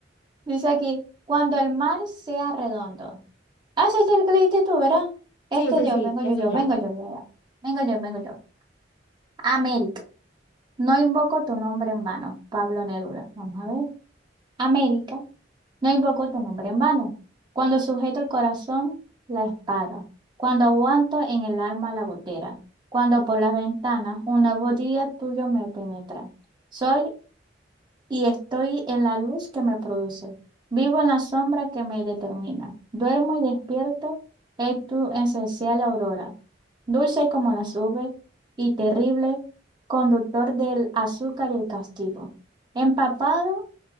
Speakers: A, on the right (about 25°); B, on the left (about 85°).
A: Dice aquí, cuando el mar sea redondo. Ah, ese es el que leíste tú, ¿verdad? Este
B: Sí, sí,
A: yo,
B: sí,
A: vengo
B: ese
A: yo, yo,
B: ya.
A: vengo yo, yo, yo. Vengo yo, vengo yo. América, no invoco tu nombre en vano, Pablo Neruda. Vamos a ver. América, no invoco tu nombre en vano. Cuando sujeto el corazón, la espada. Cuando aguanto en el arma la gotera. Cuando por las ventanas un nuevo día tuyo me penetra. Soy y estoy en la luz que me produce. Vivo en la sombra que me determina. Duermo y despierto, es tu esencial aurora. Dulce como las nubes y terrible, conductor del azúcar y el castigo. Empapado